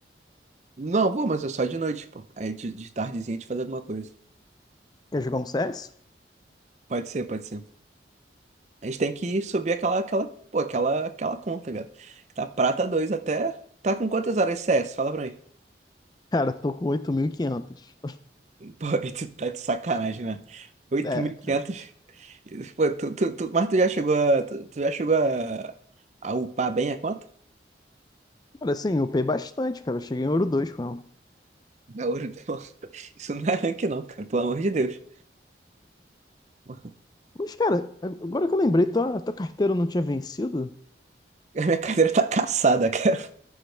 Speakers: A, on the right; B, on the left.
A: Não, pô, mas é só de noite, pô. Aí de, de tardezinha a gente faz alguma coisa.
B: Quer jogar um CS?
A: Pode ser, pode ser. A gente tem que subir aquela, aquela, pô, aquela, aquela conta, velho. Tá prata 2 até. Tá com quantas horas de CS? Fala pra mim.
B: Cara, tô com 8.500.
A: <laughs> Pô, aí tu tá de sacanagem, né? 8.500.
B: É, cara.
A: Pô, tu, tu, tu, mas tu já chegou a, tu, tu já chegou a, a upar bem a conta?
B: Cara, assim, eu upei bastante, cara. Eu cheguei em ouro 2, com ela.
A: Da ouro, não. <laughs> Isso não é rank, não, cara, pelo amor de Deus. <laughs>
B: Mas, cara, agora que eu lembrei, tua, tua carteira não tinha vencido?
A: A minha cadeira tá caçada, <laughs> cara.